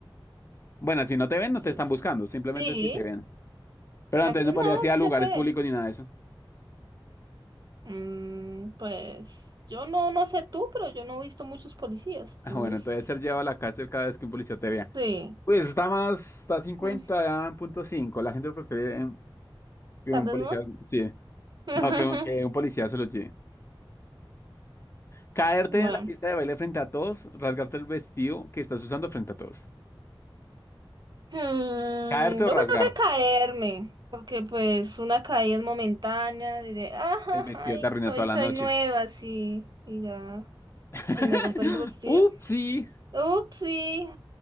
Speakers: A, on the left; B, on the right.
A: bueno, si no te ven, no te
B: pues,
A: están buscando, simplemente
B: Sí,
A: si te ven. Pero
B: entonces
A: entonces no podrías
B: no,
A: ir
B: sí
A: a lugares
B: se puede.
A: públicos ni nada de eso. <laughs>
B: Mm, pues yo no, no sé tú, pero yo no he visto muchos policías, entonces
A: Ah, bueno, entonces ser llevado a la cárcel cada vez que un policía te vea.
B: sí,
A: Pues está más, está cincuenta
B: mm,
A: ya en punto cinco La gente prefiere eh, que
B: tal
A: un
B: vez
A: policía,
B: no.
A: sí.
B: <laughs>
A: No, que, un- que un policía se los lleve. Caerte
B: Bueno,
A: en la pista de baile frente a todos, rasgarte el vestido que estás usando frente a todos.
B: mm,
A: Caerte o
B: yo
A: rasgar.
B: creo que caerme, porque pues una caída es momentánea, diré, ajá,
A: El vestido
B: ay,
A: te arruinó
B: soy,
A: toda la
B: soy
A: noche.
B: nueva, sí, y ya
A: <laughs>
B: se me rompe el vestido.
A: Upsi.
B: Ups, sí,